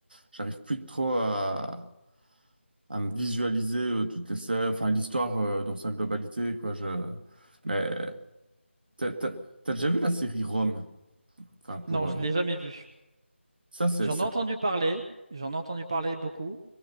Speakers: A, on the right; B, on the right.
A: j'arrive plus trop à, à me visualiser euh, toutes les scènes, enfin l'histoire euh, dans sa globalité quoi. Je, mais t'as t'as- t'as déjà vu la série Rome? Enfin pour
B: Non, je
A: euh,
B: l'ai jamais vu.
A: ça c'est
B: J'en
A: c'est
B: ai entendu parler, j'en ai entendu parler beaucoup.